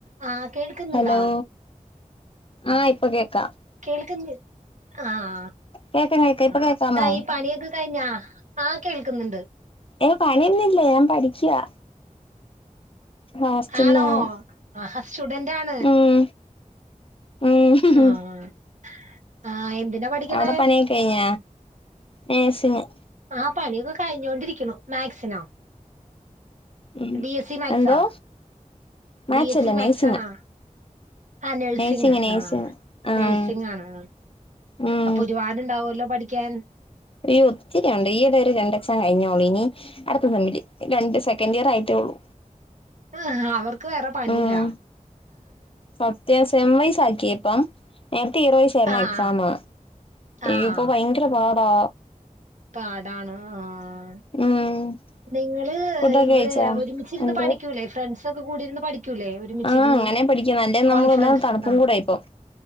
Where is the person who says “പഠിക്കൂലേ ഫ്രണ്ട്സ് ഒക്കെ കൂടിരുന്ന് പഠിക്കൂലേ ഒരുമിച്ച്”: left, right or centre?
Right